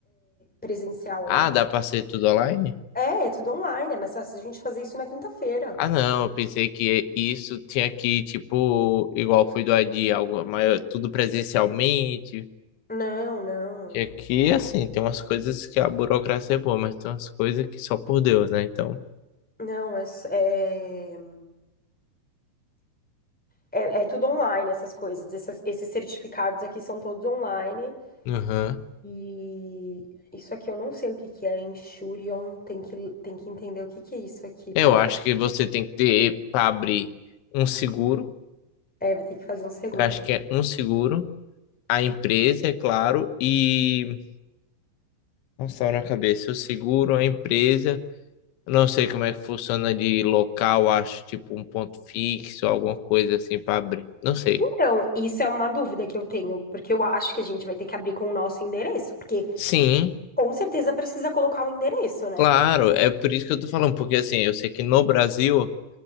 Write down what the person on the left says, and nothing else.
Ah,
dá pra ser tudo online?
Ah, não, eu pensei que isso tinha que, tipo, igual foi do AD, algo maior, tudo presencialmente.
E aqui, assim, tem umas coisas que a burocracia é boa, mas tem umas coisas que só por Deus, né? Então,
Aham.
eu
acho que você tem que ter para abrir um seguro.
Eu acho que é um seguro, a empresa, é claro, e. Nossa, tá na cabeça, o seguro, a empresa. Eu não sei como é que funciona de local, acho tipo um ponto fixo, alguma coisa assim para abrir. Não sei.
Sim,
claro, é por isso que eu tô falando, porque assim, eu sei que no Brasil,